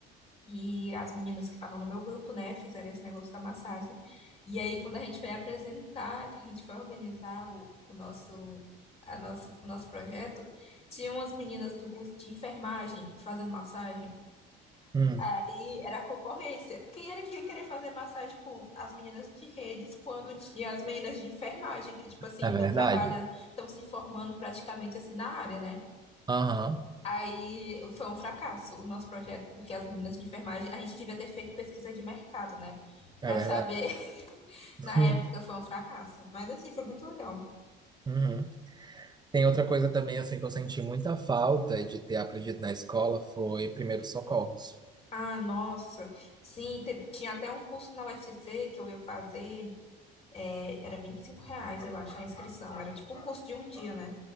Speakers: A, on the left; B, on the right.
A: E as meninas que estavam no meu grupo, né, fizeram esse negócio da massagem. E aí, quando a gente foi apresentar, que a gente foi organizar o, o nosso, a nosso, o nosso projeto, tinha umas meninas do curso de enfermagem fazendo massagem.
B: Hum,
A: Aí era a concorrência. Quem era que ia querer fazer massagem com as meninas de redes quando tinha as meninas de enfermagem, que, tipo assim,
B: É
A: estão
B: verdade?
A: trabalhando, estão se formando praticamente assim na área, né?
B: Aham,
A: Aí foi um fracasso o nosso projeto, porque as meninas de enfermagem, a gente devia ter feito pesquisa de mercado, né?
B: é
A: Pra
B: verdade.
A: saber, <laughs>
B: <laughs>
A: na época foi um fracasso. Mas assim, foi muito legal.
B: Uhum. Tem outra coisa também, assim, que eu senti muita falta de ter aprendido na escola foi primeiros socorros.
A: Ah, nossa, sim, teve- tinha até um curso na U F C que eu ia fazer, é, era 25 reais, eu acho, a inscrição. Era tipo um curso de um dia, né?